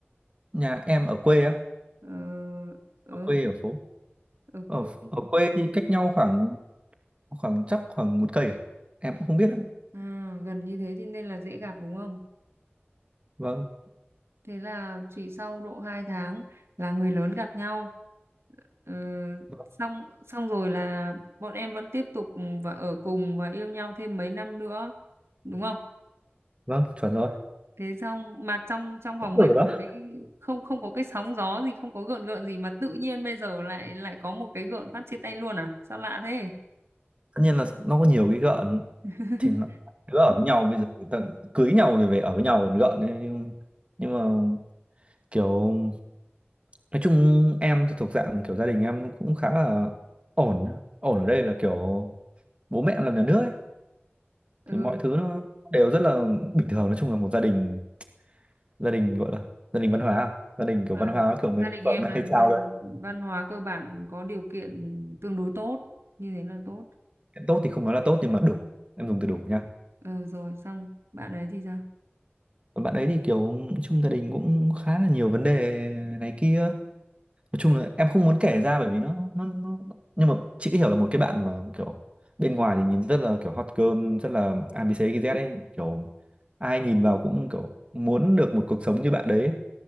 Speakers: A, on the right; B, on the right.
A: nhà em ở quê á
B: ờ, ở
A: ở quê ở phố
B: ở
A: ở
B: cuối
A: ở quê thì cách nhau khoảng khoảng chắc khoảng một cây à? em cũng không biết ạ.
B: à, gần như thế thì nên là dễ gặp đúng không
A: vâng
B: Thế là chỉ sau độ 2 tháng là người lớn gặp nhau. Ờ,
A: vâng
B: xong xong rồi là bọn em vẫn tiếp tục ừ, và ở cùng và yêu nhau thêm mấy năm nữa, đúng không?
A: vâng, chuẩn rồi
B: Thế xong mà trong trong vòng
A: Đúng rồi
B: mấy năm
A: đó
B: đấy không không có cái sóng gió gì, không có gợn gợn gì mà tự nhiên bây giờ lại lại có một cái gợn phát chia tay luôn à? Sao lạ thế?
A: tất nhiên là nó có nhiều cái gợn
B: <laughs>
A: thì nó đứa ở với nhau bây giờ người ta cưới nhau rồi về ở với nhau còn gợn ấy, nhưng, nhưng mà kiểu nói chung em thì thuộc dạng kiểu gia đình em cũng khá là ổn ổn ở đây là kiểu bố mẹ em làm nhà nước ấy
B: Ừ,
A: thì mọi thứ nó đều rất là bình thường nói chung là một gia đình gia đình gọi là gia đình văn hóa à? gia đình kiểu
B: à,
A: văn hóa kiểu mấy
B: gia đình
A: phường
B: em
A: nó
B: là
A: hay trao
B: gia đình
A: đấy
B: văn hóa cơ bản có điều kiện tương đối tốt, như thế là tốt.
A: tốt thì không nói là tốt nhưng mà đủ em dùng từ đủ nha
B: ừ rồi xong bạn ấy thì sao
A: còn bạn ấy thì kiểu chung gia đình cũng khá là nhiều vấn đề này kia nói chung là em không muốn kể ra bởi vì nó nó, nó... nhưng mà chị hiểu là một cái bạn mà kiểu bên ngoài thì nhìn rất là kiểu hot girl rất là ABCZ ấy kiểu ai nhìn vào cũng kiểu muốn được một cuộc sống như bạn đấy ấy.